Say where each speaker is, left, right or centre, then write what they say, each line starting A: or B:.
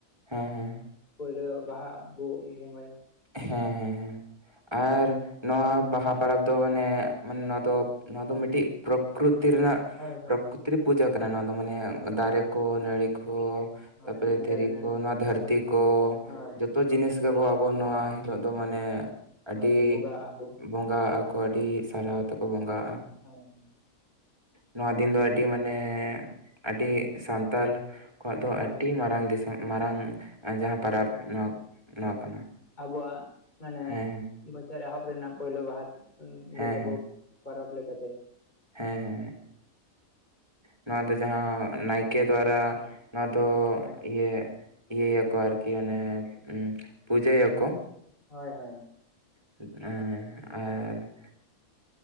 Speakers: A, on the right (about 20°); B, on the left (about 30°).
A: ᱦᱮᱸ ᱦᱮᱸ
B: ᱯᱳᱭᱞᱳ ᱵᱟᱦᱟ ᱵᱚ ᱵᱚᱸᱜᱟᱭᱟ᱾
A: ᱦᱮᱸ ᱦᱮᱸ ᱦᱮᱸ, ᱟᱨ ᱱᱚᱣᱟ ᱵᱟᱦᱟ ᱯᱟᱨᱟᱵᱽ ᱫᱚ ᱢᱟᱱᱮ ᱢᱟᱱᱮ ᱱᱚᱣᱟ ᱫᱚ ᱱᱚᱣᱟ ᱫᱚ ᱢᱤᱴᱤᱡ ᱯᱨᱚᱠᱨᱤᱛᱤ ᱨᱮᱱᱟᱜᱼᱼ
B: ᱦᱳᱭ ᱦᱳᱭ
A: ᱯᱨᱚᱠᱨᱤᱛᱤ ᱨᱮ ᱯᱩᱡᱟ ᱠᱟᱱᱟ ᱱᱚᱣᱟ ᱫᱚ ᱢᱟᱱᱮ
B: ᱦᱳᱭ
A: ᱫᱟᱨᱮ,
B: ᱦᱳᱭ
A: ᱠᱚ ᱱᱟᱹᱲᱤ, ᱠᱚ
B: ᱦᱳᱭ
A: ᱛᱟᱯᱚᱨᱮ
B: ᱚᱱᱟ
A: ᱫᱷᱤᱨᱤ,
B: ᱫᱟᱨᱮ ᱱᱟᱹᱲᱤ
A: ᱠᱚ ᱱᱚᱣᱟ ᱫᱷᱟᱹᱨᱛᱤ ᱠᱚ
B: ᱦᱳᱭ
A: ᱡᱚᱛᱚ ᱡᱤᱱᱤᱥ ᱜᱮᱵᱚ ᱟᱵᱚ ᱱᱚᱣᱟ ᱦᱤᱞᱳᱜ ᱫᱚ ᱢᱟᱱᱮ ᱟᱹᱰᱤ
B: ᱦᱳᱭ ᱵᱚᱸᱜᱟᱜᱼᱟ ᱵᱚ
A: ᱵᱚᱸᱜᱟ ᱟᱠᱚ ᱟᱹᱰᱤ ᱥᱟᱨᱦᱟᱣ ᱛᱮᱠᱚ ᱵᱚᱸᱜᱟᱜ-ᱟ᱾
B: ᱦᱳᱭ ᱦᱳᱭ
A: ᱱᱚᱣᱟ ᱫᱤᱱ ᱫᱚ ᱟᱹᱰᱤ ᱢᱟᱱᱮ ᱟᱹᱰᱤ ᱥᱟᱱᱛᱟᱞ ᱠᱚᱣᱟᱜ ᱫᱚ
B: ᱦᱳᱭ
A: ᱟᱹᱰᱤ ᱢᱟᱨᱟᱝ ᱫᱤᱥᱚᱢ ᱢᱟᱨᱟᱝ ᱡᱟᱦᱟᱸ ᱯᱟᱨᱟᱵᱽ ᱱᱚᱣᱟ ᱱᱚᱣᱟ
B: ᱦᱳᱭ
A: ᱠᱟᱱᱟ᱾
B: ᱟᱵᱚᱣᱟᱜ ᱢᱟᱱᱮ
A: ᱦᱮᱸ ᱦᱮᱸ
B: ᱵᱚᱪᱷᱚᱨ ᱮᱦᱚᱵ ᱨᱮᱱᱟᱜ ᱯᱳᱭᱞᱳ ᱵᱟᱦᱟ
A: ᱦᱮᱸ
B: ᱜᱮ ᱛᱟᱵᱚ ᱯᱚᱨᱚᱵᱽ ᱞᱮᱠᱟᱛᱮ᱾
A: ᱦᱮᱸ ᱦᱮᱸ᱾ ᱱᱚᱣᱟ ᱫᱚ ᱡᱟᱦᱟᱸ ᱱᱟᱭᱠᱮ ᱫᱚᱣᱟᱨᱟ ᱱᱚᱣᱟ ᱫᱚ
B: ᱦᱳᱭ ᱦᱳᱭ
A: ᱤᱭᱟᱹ ᱤᱭᱟᱹᱭᱟᱠᱚ ᱟᱨᱠᱤ ᱚᱱᱮ ᱯᱩᱡᱟᱹᱭᱟᱠᱚ᱾
B: ᱦᱳᱭ ᱦᱳᱭ᱾
A: <unintelligible> ᱟᱨ